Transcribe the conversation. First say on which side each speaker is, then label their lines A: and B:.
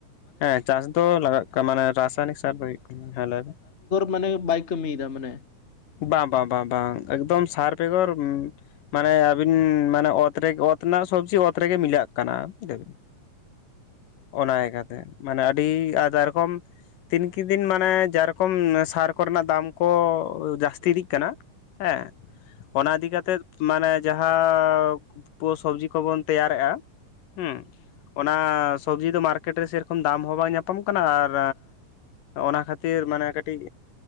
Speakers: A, on the left (about 85°); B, on the left (about 25°).
A: ᱮ ᱪᱟᱥ ᱫᱚ ᱞᱟᱜᱟᱜ ᱠᱟᱱᱟ ᱢᱟᱱᱮ ᱨᱟᱥᱟᱭᱱᱤᱠ ᱥᱟᱨ ᱞᱟᱜᱤᱫ ᱦᱮᱸ ᱞᱟᱹᱭ ᱵᱤᱱ
B: ᱢᱟᱱᱮ ᱵᱟᱭ ᱠᱟᱹᱢᱤᱭᱮᱫᱟ ᱢᱟᱱᱮ
A: ᱵᱟ ᱵᱟ ᱵᱟ ᱵᱟᱝ ᱮᱠᱫᱚᱢ ᱥᱟᱨ ᱵᱮᱜᱚᱨ ᱢᱟᱱᱮ ᱟᱵᱤᱱ ᱢᱟᱱᱮ ᱚᱛ ᱨᱮᱜᱮ ᱚᱛ ᱨᱮᱱᱟᱜ ᱥᱚᱵᱽᱡᱤ ᱚᱛ ᱨᱮᱜᱮ ᱢᱤᱞᱟᱜ ᱠᱟᱱᱟ ᱞᱟᱹᱭᱵᱤᱱ ᱚᱱᱟ ᱮᱠᱟᱛᱮ ᱢᱟᱱᱮ ᱟᱹᱰᱤ ᱟᱭᱫᱟ ᱨᱚᱠᱚᱢ ᱛᱤᱱᱠᱮ ᱫᱤᱱ ᱢᱟᱱᱮ ᱡᱟ ᱨᱚᱠᱚᱢ ᱥᱟᱨ ᱠᱚᱨᱮᱱᱟᱜ ᱫᱟᱢ ᱠᱚ ᱡᱟᱹᱥᱛᱤ ᱤᱫᱤᱜ ᱠᱟᱱᱟ ᱦᱮᱸ ᱚᱱᱟ ᱤᱫᱤ ᱠᱟᱛᱮᱜ ᱢᱟᱱᱮ ᱡᱟᱦᱟᱸ <unintelligible> ᱥᱚᱵᱽᱡᱤ ᱠᱚᱵᱚᱱ ᱛᱮᱭᱟᱨᱮᱜᱼᱟ ᱦᱩᱸ <inaudible> ᱚᱱᱟ ᱥᱚᱵᱡᱤ ᱫᱚ ᱢᱟᱨᱠᱮᱴ ᱨᱮ ᱥᱮ ᱨᱚᱠᱚᱢ ᱫᱟᱢ ᱦᱚᱸ ᱵᱟᱝ ᱧᱟᱯᱟᱜ ᱠᱟᱱᱟ ᱟᱨ ᱚᱱᱟ ᱠᱷᱟᱹᱛᱤᱨ ᱢᱟᱱᱮ ᱠᱟᱹᱴᱤᱡ